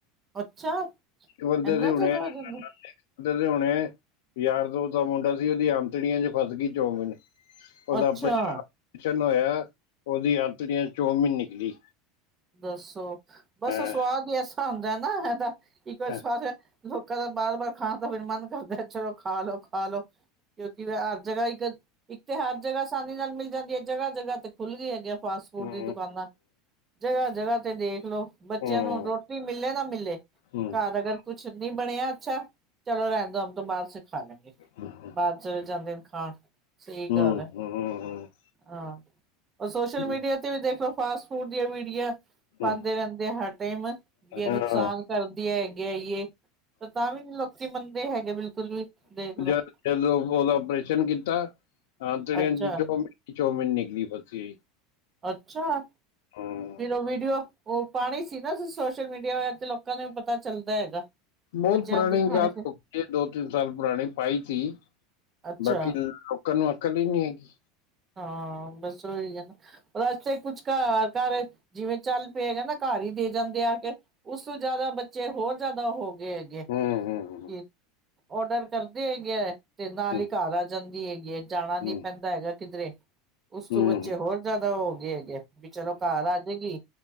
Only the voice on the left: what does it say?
ਬੰਦੇ
ਦੇ ਹੁਣੇ
ਤੇ ਹੋਣੇ ਯਾਰ ਦੋਸਤ ਦਾ ਮੁੰਡਾ ਸੀ ਉਹਦੀ ਆਂਤੜੀਆਂ ਚ ਫਸ ਗਈ ਚੌਂਮੀਨ। ਉਹਦਾ
ਆਪ੍ਰੇਸ਼ਨ ਹੋਇਆ ਉਹਦੀ ਆਤੜੀਆਂ ਚੌਮੀਨ ਨਿਕਲੀ।
ਹਾਂ
ਹਾਂ
ਹੂੰ
ਹੂੰ ਹੂੰ
ਹੂੰ
ਹੂੰ ਹੂੰ
ਹੂੰ
ਹੂੰ
ਹੂੰ
ਹੂੰ
ਹਾਂ
ਜਦ
ਜਦੋਂ ਉਹਦਾ ਆਪਓਰੇਸ਼ਨ ਕੀਤਾ ਹਾਂ ਆਂਟੜੇ
ਚ ਚੋਮਿਨ ਚੌਮਨ ਨਿਕਲੀ ਫਸੀ।
ਹੂੰ
ਬਹੁਤ
ਪੁਰਾਣੀ
ਗੱਲ
ਹੋਗਿ ਏ। ਦੋ ਤਿੰਨ ਸਾਲ ਪੁਰਾਣੀ ਪਾਈ ਸੀ।
ਬਾਕੀ ਲੋਕਾਂ ਨੂੰ ਅਕਲ ਈ ਨਹੀਂ ਹੈਗੀ।
ਹੂੰ
ਹੂੰ
ਹੂੰ
ਹੂੰ
ਹੂੰ